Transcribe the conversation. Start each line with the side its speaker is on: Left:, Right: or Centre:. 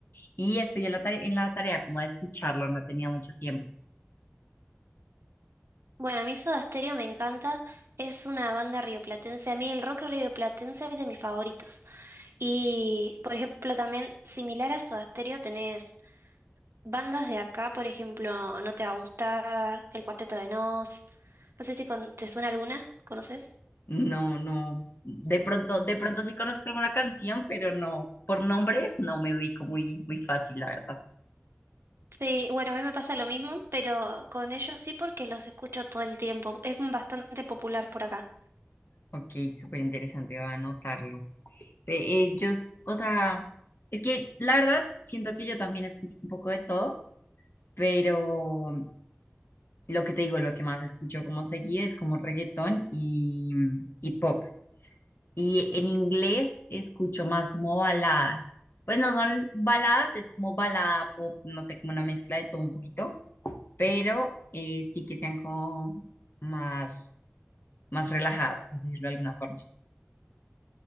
Left: Y estoy en la tarea, en la tarea como de escucharlo, no tenía mucho tiempo.
Right: Bueno, a mí Soda Stereo me encanta, es una banda rioplatense, a mí el rock rioplatense es de mis favoritos. Y, por ejemplo, también similar a Soda Stereo tenés bandas de acá, por ejemplo, No te va a gustar, El Cuarteto de Nos, no sé si con- te suena alguna, ¿conoces?
Left: No, no. De pronto, de pronto sí conozco alguna canción, pero no, por nombres no me ubico muy, muy fácil, la verdad.
Right: Sí, bueno, a mí me pasa lo mismo, pero con ellos sí porque los escucho todo el tiempo, es bastante popular por acá.
Left: Ok, súper interesante, voy a anotarlo. Ve, Ellos, o sea, es que la verdad siento que yo también escucho un poco de todo, pero lo que te digo, lo que más escucho como seguido es como reggaetón y, y pop. Y en inglés escucho más como baladas. Pues no son baladas, es como balada pop, no sé, como una mezcla de todo un poquito, pero eh, sí que sean como más, más relajadas, por decirlo de alguna forma.